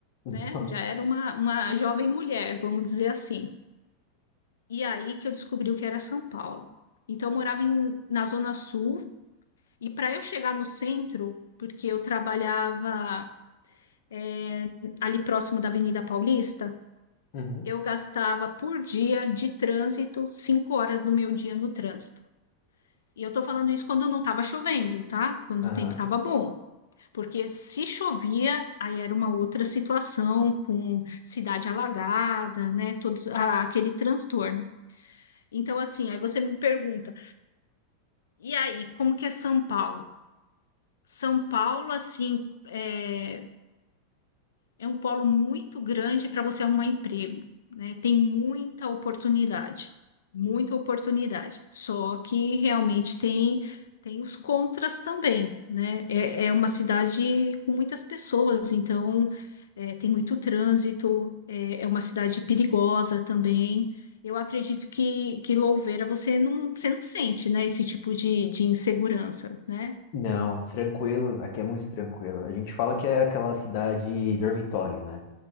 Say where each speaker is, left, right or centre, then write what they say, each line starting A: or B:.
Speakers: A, on the left (about 50°); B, on the left (about 65°).
A: <laughs>
B: né?
A: Nossa.
B: Já era uma, uma jovem mulher, vamos dizer assim. E aí que eu descobri o que era São Paulo. Então, eu morava em- na Zona Sul, e para eu chegar no centro, porque eu trabalhava eh, ali próximo da Avenida Paulista,
A: Uhum.
B: eu gastava por dia de trânsito cinco horas do meu dia no trânsito. E eu estou falando isso quando não estava chovendo, tá? Quando
A: Aham.
B: o tempo estava bom. Porque se chovia, aí era uma outra situação, com cidade alagada, né? Todos, a- aquele transtorno. Então, assim, aí você me pergunta. E aí, como que é São Paulo? São Paulo, assim, é, é um polo muito grande para você arrumar emprego, né? Tem muita oportunidade, muita oportunidade. Só que realmente tem tem os contras também, né? É, é uma cidade com muitas pessoas, então é, tem muito trânsito, é, é uma cidade perigosa também. Eu acredito que, que Louveira você não, você não sente, né, esse tipo de, de insegurança, né?
A: Não, tranquilo. Aqui é muito tranquilo. A gente fala que é aquela cidade dormitório, né?